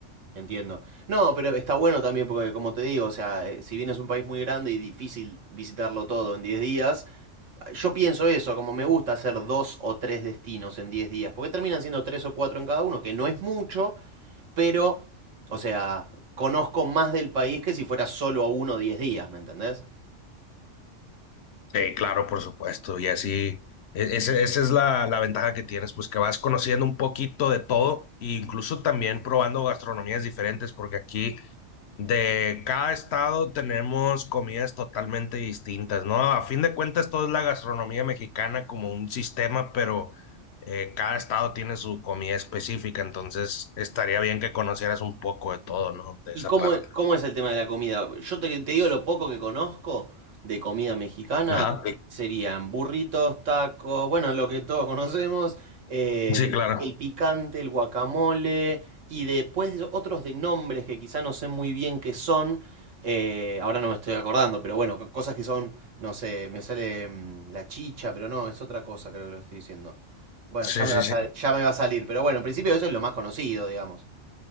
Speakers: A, on the right (about 80°); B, on the left (about 65°).
A: Entiendo. No, pero está bueno también porque, como te digo, o sea, eh, si bien es un país muy grande y difícil visitarlo todo en 10 días, yo pienso eso, como me gusta hacer dos o tres destinos en 10 días, porque terminan siendo tres o cuatro en cada uno, que no es mucho, pero, o sea, conozco más del país que si fuera solo a uno 10 días, ¿me entendés?
B: Sí, claro, por supuesto. Y así, e- ese- esa es la, la ventaja que tienes, pues que vas conociendo un poquito de todo, e incluso también probando gastronomías diferentes, porque aquí de cada estado tenemos comidas totalmente distintas, ¿no? A fin de cuentas, todo es la gastronomía mexicana como un sistema, pero eh, cada estado tiene su comida específica, entonces estaría bien que conocieras un poco de todo, ¿no? De
A: ¿Y
B: esa
A: cómo,
B: parte.
A: e- cómo es el tema de la comida? Yo te, te digo lo poco que conozco de comida mexicana,
B: Ajá. Sí.
A: serían burritos, tacos, bueno, lo que todos conocemos, eh,
B: Sí, claro.
A: el picante, el guacamole, y después de otros de nombres que quizá no sé muy bien qué son, eh, ahora no me estoy acordando, pero bueno, co- cosas que son, no sé, me sale mm, la chicha, pero no, es otra cosa creo que lo estoy diciendo. Bueno,
B: Sí,
A: ya me
B: sí,
A: va a, sal-
B: sí.
A: ya me va a salir, pero bueno, en principio eso es lo más conocido, digamos,